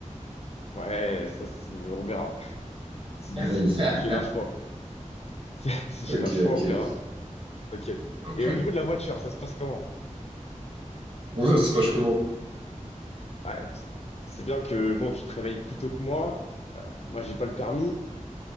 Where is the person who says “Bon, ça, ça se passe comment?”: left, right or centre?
Right